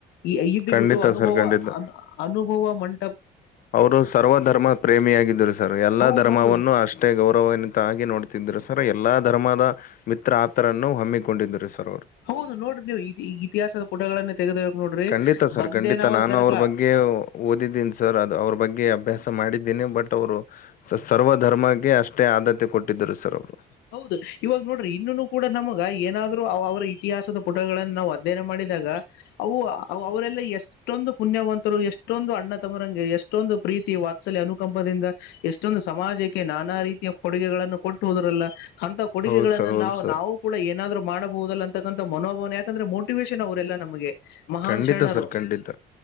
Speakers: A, on the left; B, on the left.
A: ಈ ಇದ್ದು
B: ಖಂಡಿತ
A: ಬಿಟ್ಟು ಅನುಭವ
B: ಸರ್ ಖಂಡಿತ
A: ಅ ಅನುಭವ ಮಂ
B: ಅವರು ಸರ್ವಧರ್ಮ ಪ್ರೇಮಿಯಾಗಿದ್ದರು ಸರು ಎಲ್ಲಾ
A: ಹೌದೌದು
B: ಧರ್ಮವನ್ನೂ
A: ಹೌದು
B: ಅಷ್ಟೇ ಗೌರವಾನ್ವಿತವಾಗಿಿ ನೋಡ್ತ ತ್ರು ಸರ್ ಎಲ್ಲಾ ಧರ್ಮದ ಮಿತ್ರ ಆತರನ್ನು ಹಮ್ಮಿಕೊಂಡಿದ್ರು ಸರ್ ಅವರು
A: ಹೌದು ನೋಡ್ರಿ ನೀವು ಈ ಇತಿಹಾಸದ ಪುಟಗಳನ್ನ ತೆಗೆದ ನೋಡ್ರಿ
B: ಖಂಡಿತ ಸರ್
A: ಬಂದೇನವಾಜ್
B: ಖಂಡಿತ ನಾನು
A: ದರ್ಗಾ
B: ಅವ್ರ ಬಗ್ಗೆ ಓದಿದ್ದೀನಿ ಸರ್ ಅದು ಅವ್ರ ಬಗ್ಗೆ ಅಭ್ಯಾಸ ಮಾಡಿದ್ದೀನಿ ಬಟ್ ಅವರು ಸ ಸರ್ವ ಧರ್ಮಕ್ಕೆ ಅಷ್ಟೇ ಆದತೆ ಕೊಟ್ಟಿದ್ದರು ಸರ್ ಅವ್ರು
A: ಹೌದು ಇವಾಗ ನೋಡ್ರಿ ಇನ್ನು ಕೂಡ ನಮಗ ಏನಾದ್ರು ಅವರ ಇತಿಹಾಸದ ಪುಟಗಳನ್ನ ನಾವು ಅಧ್ಯಯನ ಮಾಡಿ ಇದಾಗ ಅವು ಅವರೆಲ್ಲ ಎಷ್ಟೊಂದು ಪುಣ್ಯವಂತರು ಎಷ್ಟೊಂದು ಅಣ್ಣ ತಮರಂಗೆ ಎಷ್ಟೊಂದು ಪ್ರೀತಿ ವಾತ್ಸಲ್ಯ ಅನುಕಂಪದಿಂದ ಎಷ್ಟೊಂದು ಸಮಾಜಕ್ಕೆ ನಾನಾ ರೀತಿಯ ಕೊಡುಗೆಗಳನ್ನು ಕೊಟ್ಟ ಹುದ್ರಲ್ಲ ಅಂತ ಕೊಡುಗೆಗಳನ್ನ
B: ಹೌದು ಸರ್ ಹೌದು
A: ನಾವು
B: ಸರ್
A: ನಾವು ಕೂಡ ಏನಾದ್ರು ಮಾಡಬಹುದಲ್ಲ ಅಂತಕ್ಕಂಥ ಮನೋಭಾವನೆ ಯಾಕಂದ್ರೆ ಮೋಟಿವೇಶನ್ ಅವರೆೆಲ್ಲ ನಮಗೆ ಮಹಾನ್
B: ಖಂಡಿತ
A: ಶರಣರು
B: ಸರ್ ಖಂಡಿತ